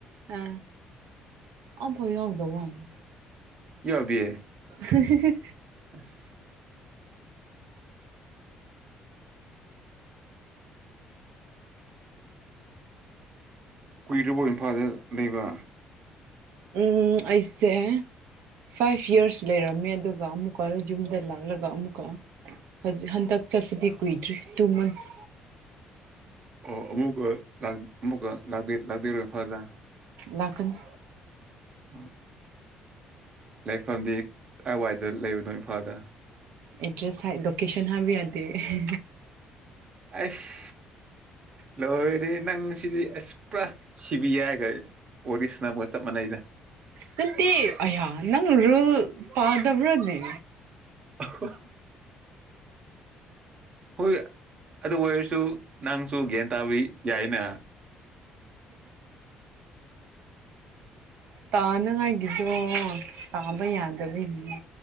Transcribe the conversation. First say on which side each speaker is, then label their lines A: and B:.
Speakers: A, on the right; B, on the right.
A: ꯑ ꯑꯝꯐꯥꯎ ꯌꯥꯎꯗꯕ ꯋꯥꯅꯦ
B: ꯌꯥꯎꯗꯤꯌꯦ
A: ꯍꯦ ꯍꯤꯍꯤ
B: ꯑꯁ ꯀꯨꯏꯔꯕꯣ ꯏꯝꯐꯥꯜꯗ ꯂꯩꯕ
A: ꯎꯝ ꯑꯩꯁꯦ ꯐꯥꯏꯚ ꯌꯔꯁ ꯂꯩꯔꯝꯃꯦ ꯑꯗꯨꯒ ꯑꯃꯨꯛꯀ ꯌꯨꯝꯗ ꯂꯥꯛꯂꯒ ꯑꯃꯨꯛꯀ ꯍꯩꯖꯤꯛ ꯍꯟꯗꯛ ꯆꯠꯄꯗꯤ ꯀꯨꯏꯗ꯭ꯔꯤ ꯇꯨ ꯃꯟꯁ
B: ꯑꯣ ꯑꯃꯨꯛꯀ ꯂꯥꯛ ꯑꯃꯨꯛꯀ ꯂꯥꯛ ꯂꯥꯛꯄꯤꯔꯣ ꯢꯝꯐꯥꯜꯗ
A: ꯂꯥꯛꯀꯅꯤ
B: ꯑꯣ ꯂꯩꯐꯝꯗꯤ ꯀꯥꯏꯋꯥꯏꯗ ꯂꯩꯕꯅꯣ ꯏꯝꯐꯥꯜꯗ
A: ꯑꯦꯗ꯭ꯔꯦꯁ ꯍꯥꯢ ꯂꯣꯀꯦꯁꯟ ꯍꯥꯏꯕ ꯌꯥꯗꯦ ꯑꯍꯦ
B: ꯑꯁ ꯂꯣꯏꯔꯦꯌꯦ ꯅꯪꯁꯤꯗꯤ ꯑꯁ ꯄꯨꯔꯥ ꯁꯤꯕꯤꯑꯥꯢꯒ ꯋꯥꯔꯤ ꯁꯥꯟꯅꯕꯒ ꯆꯞ ꯃꯅꯩꯗ
A: ꯅꯠꯇꯦ ꯑꯌꯥ ꯅꯪ ꯔꯨꯜ ꯄꯥꯗꯕ꯭ꯔꯥꯅꯦ
B: ꯑꯍꯣꯍꯣ ꯍꯣꯏ ꯑꯗꯨ ꯑꯣꯏꯔꯁꯨ ꯅꯪꯁꯨ ꯒ꯭ꯌꯥꯟ ꯇꯥꯕ ꯌꯥꯏꯅ
A: ꯇꯥꯅꯉꯥꯏꯒꯤꯗꯣ ꯇꯥꯕ ꯌꯥꯗꯕꯩꯅꯤ